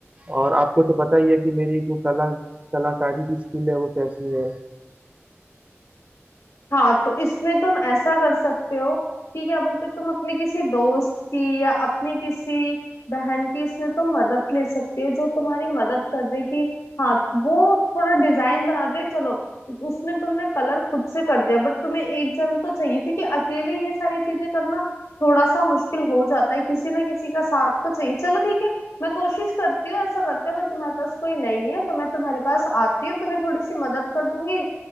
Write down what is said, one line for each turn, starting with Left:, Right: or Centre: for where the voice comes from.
Right: और आपको तो पता ही है कि मेरी जो कला कलाकारी की स्किल है वो कैसी है
Left: हाँ तो इसमें तुम ऐसा कर सकते हो कि क्या बोलते हैं, तुम अपने किसी दोस्त की या अपनी किसी बहन की इसमें तुम मदद ले सकती हो जो तुम्हारी मदद कर दे कि हाँ वो थोड़ा डिजाइन बना दे चलो उसमें तुमने कलर खुद से कर दिया बट तुम्हें एक जन तो चाहिए क्योंकि अकेले ये सारी चीजें करना थोड़ा सा मुश्किल हो जाता है किसी ना किसी का साथ तो चाहिए चलो ठीक है मैं कोशिश करती हूँ ऐसा करती हूँ अगर तुम्हारे पास कोई नहीं है तो मैं तुम्हारे पास आती हूँ तुम्हें थोड़ी सी मदद कर दूंगी